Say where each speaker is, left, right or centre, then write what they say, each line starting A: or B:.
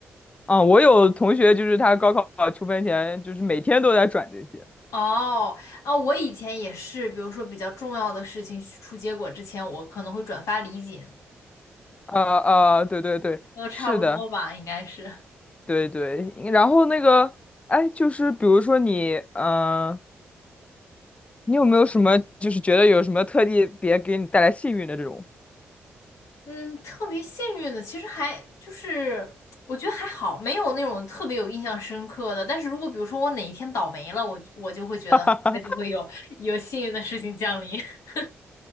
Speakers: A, on the left; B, on the left.
A: 啊、我有同学就是他高考出分前，就是每天都在转这些。
B: 哦，啊，我以前也是，比如说比较重要的事情出结果之前，我可能会转发礼锦，
A: 呃呃，对对对，
B: 都差不多吧，
A: 是的，
B: 应该是。
A: 对对。然后那个，哎，就是比如说你，嗯、你有没有什么就是觉得有什么特地别给你带来幸运的这种？
B: 嗯，特别幸运的，其实还就是我觉得还好，没有那种特别有印象深刻的。但是如果比如说我哪一天倒霉了，我我就会觉得很快就会有有幸运的事情降临。
A: <laughs>
B: <laughs>